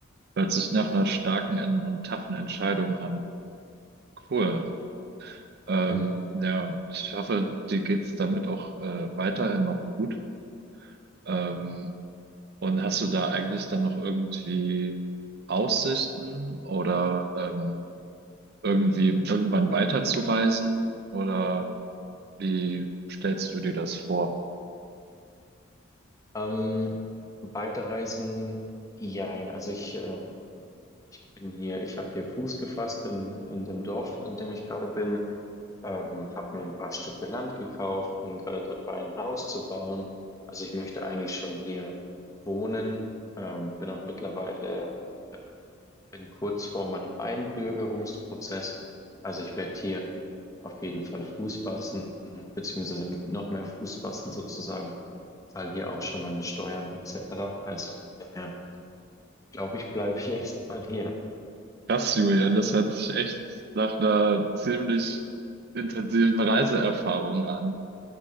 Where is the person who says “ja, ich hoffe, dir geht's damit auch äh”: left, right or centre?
Right